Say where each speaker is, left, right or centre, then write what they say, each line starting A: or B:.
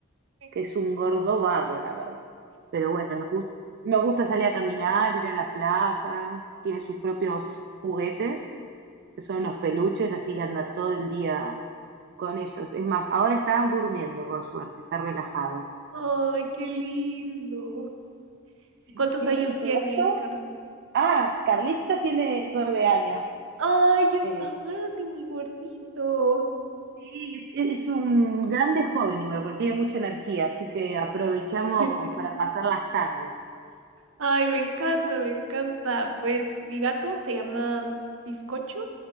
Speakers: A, on the right (about 65°); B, on the right (about 50°).
A: Me encanta.
B: que es un gordo vago, la verdad. Pero bueno, nos gusta, nos gusta salir a caminar, ir a la plaza, tiene sus propios juguetes. son unos peluches, así que anda todo el día con ellos. Es más, ahora están durmiendo, por suerte, está relajado.
A: Ay, qué lindo. ¿Y cuántos
B: y- sí,
A: años
B: ¿y
A: tiene,
B: tu gato?
A: Carlos?
B: Ah, Carlitos tiene nueve años.
A: Ay, ya está
B: Eh,
A: grande, mi gordito.
B: Sí, es, es un grande joven, igual, porque tiene mucha energía, así que aprovechamos
A: <laughs>
B: para pasar las tardes.
A: Ay, me encanta, me encanta. Pues mi gato se llama mm, Bizcocho